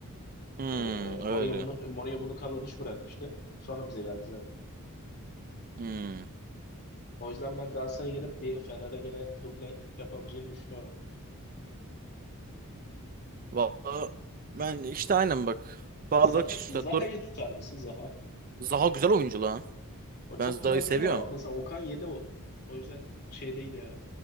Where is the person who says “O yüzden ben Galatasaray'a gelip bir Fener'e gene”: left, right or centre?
Left